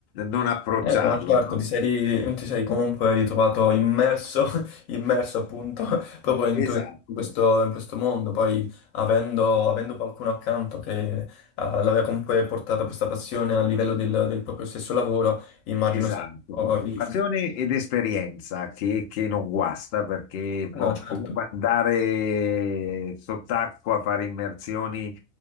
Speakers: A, on the left; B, on the left.
A: <laughs> non approcciarlo,
B: Eh, no, certo,
A: no?
B: ti sei, ri- ti sei comunque ritrovato immerso, <laughs> immerso appunto <laughs> proprio in, tu-
A: Esatto,
B: in questo, in questo mondo. Poi avendo, avendo qualcuno accanto che eh, l'aveva comunque portata questa passione a livello del, del proprio stesso lavoro, immagino
A: esatto.
B: sia un po'
A: Boh,
B: il-
A: Passione ed esperienza che, che non guasta perché, boh,
B: No, certo.
A: comunque andare sott'acqua a fare immersioni